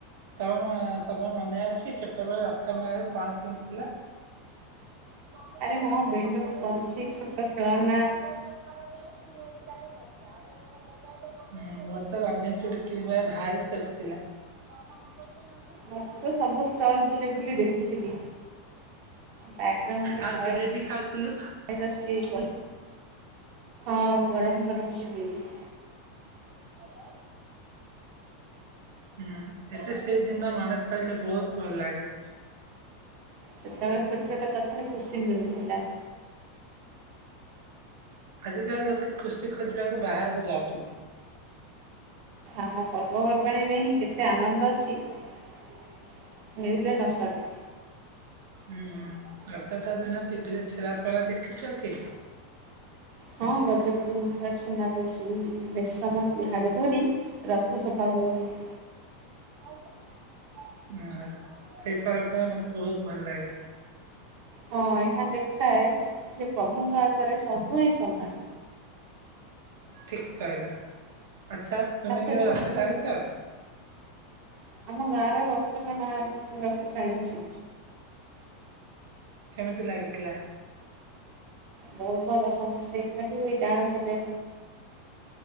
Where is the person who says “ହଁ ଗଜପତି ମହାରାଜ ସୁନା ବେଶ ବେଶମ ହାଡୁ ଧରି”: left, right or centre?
Right